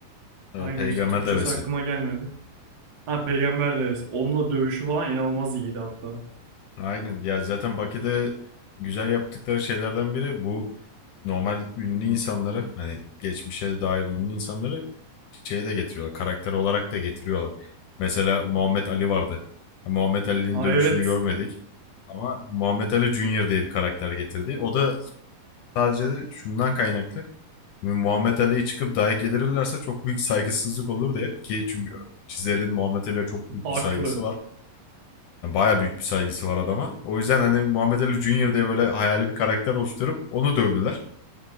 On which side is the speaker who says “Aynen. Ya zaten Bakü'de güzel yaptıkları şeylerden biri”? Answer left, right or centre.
Left